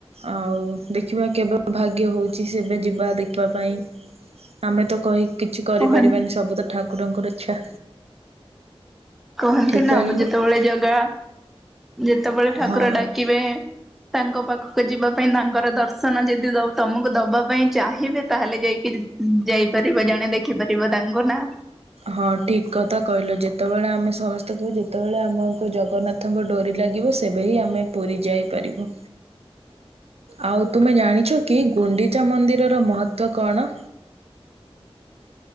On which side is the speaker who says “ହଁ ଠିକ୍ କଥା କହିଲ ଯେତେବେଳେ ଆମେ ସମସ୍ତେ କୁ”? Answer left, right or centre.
Right